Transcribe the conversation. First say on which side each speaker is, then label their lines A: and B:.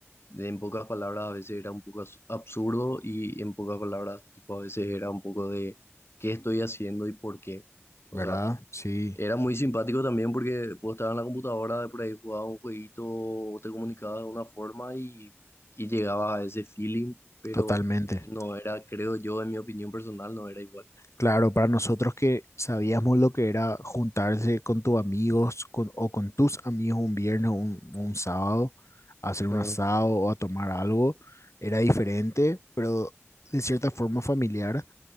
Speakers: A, on the left; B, on the left.
A: de- en pocas palabras, a veces era un poco as- absurdo y en pocas palabras, tipo, a veces era un poco de qué estoy haciendo y por qué. O
B: ¿Verdad?
A: sea,
B: Sí,
A: Era muy simpático también porque vos estabas en la computadora, de por ahí jugabas un jueguito, o te comunicabas de una forma y, y llegabas a ese feeling, pero
B: totalmente.
A: no era, creo yo, en mi opinión personal, no era igual.
B: Claro, para nosotros que sabíamos lo que era juntarse con tus amigos con- o con tus amigos un viernes o un, un sábado, a hacer un
A: Claro,
B: asado o a tomar algo, era diferente, pero de cierta forma familiar